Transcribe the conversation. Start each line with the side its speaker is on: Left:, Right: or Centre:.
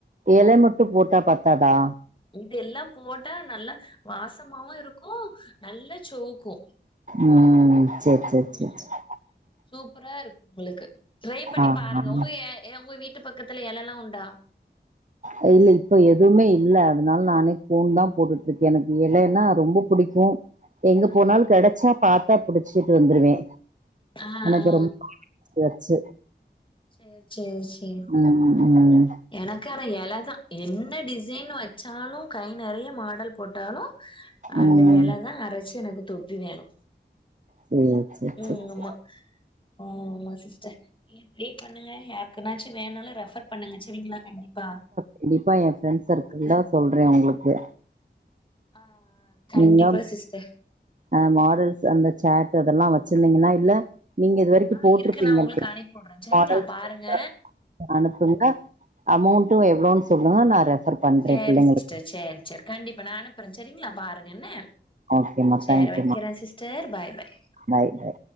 Right: எல மட்டு போட்டா பத்தாதா
Left: இதெல்லா போட்டா நல்லா வாசமாவு இருக்கு நல்லா செவக்கு
Right: ம் சேரி சேரி
Left: ம்
Right: சேரி
Left: ம்
Right: சேரி
Left: சூப்பரா இருக்கு உங்களுக்கு ட்ரை பண்ணி
Right: ஆ
Left: பாருங்க
Right: ஆ
Left: உங்க எ ஏ உங்க வீட்டு பக்கத்துல எலலா உண்டா
Right: அ இல்ல இப்ப எதுமே இல்ல அதுனால நானே கோண் தா போட்டுட்ருக்கே எனக்கு எலைனா ரொம்ப புடிக்கு எங்க
Left: ஆ
Right: போனாலு கெடைச்சா பாத்தா புடிச்சுட்டு வந்துருவே
Left: ஆ ஆ
Right: ஆனா இப்ப
Left: ஆ
Right: ரொம் சரியாச்சு
Left: சேரி சேரி சேரி
Right: ம் ம்
Left: எனக்கு ஆனா எல தா என்ன டிசைன் வச்சாலு கை நெறைய மாடல் போட்டாலு அந்த
Right: ம்
Left: எல தா அரச்சு எனக்கு தொப்பி வேணு
Right: சேரி சேரி
Left: ம்
Right: சேரி சேரி
Left: ஆமா ம் ஆமா சிஸ்டர் வெயிட் பண்ணுங்க யார்க்குனாச்சு வேண்னாலு ரெஃபர் பண்ணுங்க செரிங்ளா கண்டிப்பா
Right: கண்டிப்பா எ ஃப்ரெண்ட் சர்க்கிள்ள சொல்றே உங்ளுக்கு
Left: ஆ கண்டிப்பா
Right: நீங்க
Left: சிஸ்டர்
Right: அ மாடல்ஸ் அந்த சேட் அதெல்லா வச்சிருந்தீங்ன்னா இல்ல நீங்க இது வரைக்கு
Left: ஆ
Right: போட்டிருப்பீங்கள்யா
Left: இருக்கு நா உங்களுக்கு அனுப்பி உட்றே சரிங்களா
Right: மாடல்ஸ்
Left: பாருங்க
Right: <inaudible> அனுப்புங்க அமௌண்டு எவ்ளோன் சொல்லுங்க நா ரெஃபர் பண்றே
Left: செரி
Right: பிள்ளைங்களுக்கு
Left: சிஸ்டர் செரி செரி கண்டிப்பா நா அனுப் ப்றே சரிங்களா பாருங்க என்ன
Right: ஓகேம்மா
Left: செரி
Right: தேங்க்யூம்மா
Left: வைக்கிறே சிஸ்டர் பாய் பாய்
Right: பாய் பாய்